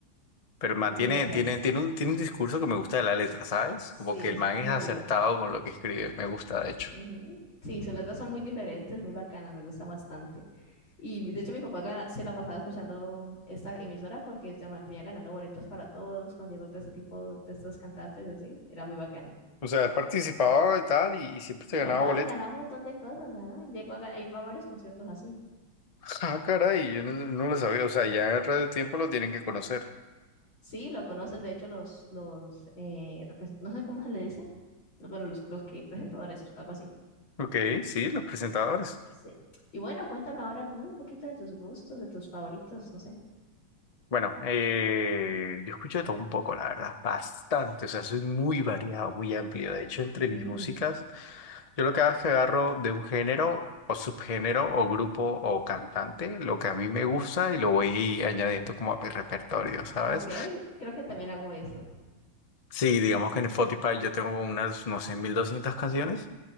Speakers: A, on the left; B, on the left.
A: pero el man
B: pero
A: tiene,
B: los latas
A: tiene, tiene un, tiene un discurso que me gusta de la letra, ¿sabes?
B: sí,
A: Como que
B: es
A: el man
B: muy
A: es acertado
B: bacano.
A: con lo que escribe, me gusta de hecho.
B: Ujú. Sí, sus latas son muy diferentes, muy bacanas, me gustan bastante. Y de hecho mi papá gana- se la pasaba escuchando esta emisora porque se mantenía ganando boletos para todos, conciertos de este tipo, de estos cantantes y así. Era muy bacano.
A: O sea, él participaba y tal, y, y siempre se
B: Y
A: ganaba
B: Ganaba
A: boletos.
B: y ganaba
A: <laughs>
B: un montón de cosas. ajá, Llegó a, ga- a ir a varios conciertos así.
A: Ah, caray, yo no, no lo sabía. O sea, ya en Radio Tiempo lo tienen que conocer.
B: Sí, lo conocen, de hecho, los, los eh, represen- no sé cómo se le dicen. Bueno, los, los que presentadores, algo así.
A: Ok, sí, los presentadores.
B: Sí. Y bueno, cuéntame ahora tú un poquito de tus gustos, de tus favoritos, no sé.
A: Bueno, eh, yo escucho de todo un poco, la verdad, bastante. O sea, soy muy variado, muy amplio. De hecho, entre
B: <laughs>
A: mis músicas, yo lo que hago es que agarro de un género o subgénero o grupo o cantante lo que a mí me gusta y lo voy añadiendo como a mi repertorio, ¿sabes?
B: Ok, creo que también hago eso.
A: Sí, digamos que en Spotify yo tengo unas, no sé, 1200 canciones.